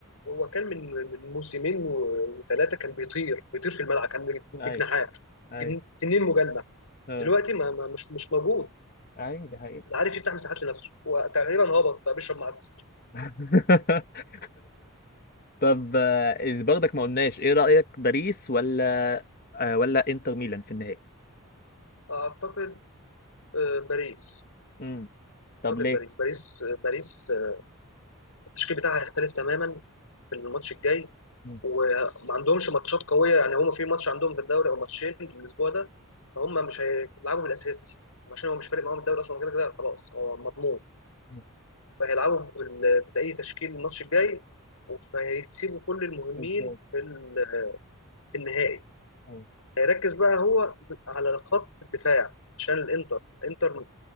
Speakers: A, on the left; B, on the left.
A: هو كان من من موسمين وثلاثه كان بيطير بيطير في الملعب كان بجناحات
B: ايوه ايوه
A: جن- تنين مجنح
B: اه
A: دلوقتي ما ما- مش مش موجود
B: ايوه دي حقيقة
A: لا عارف يفتح مساحات لنفسه وتقريبا هبط بقى بيشرب معسل
B: <laughs> طب آه، برضك ما قلناش ايه رأيك باريس ولا آه، ولا انتر ميلان في النهائي
A: اعتقد آه، باريس
B: امم
A: اعتقد
B: طب ليه
A: باريس باريس آه، باريس آه، التشكيل بتاعها هيختلف تماما في الماتش الجاي
B: مم.
A: وما عندهمش ماتشات قويه يعني هم في ماتش عندهم في الدوري او ماتشين الاسبوع ده فهم مش هيلعبوا بالاساسي عشان هو مش فارق معاهم الدوري اصلا كده كده خلاص هو مضمون
B: مم.
A: فهيلعبوا بال- باي تشكيل الماتش الجاي فهيسيبوا كل المهمين
B: إزاي؟
A: في ال- في النهائي
B: أه.
A: هيركز بقى هو على خط الدفاع عشان الانتر الانتر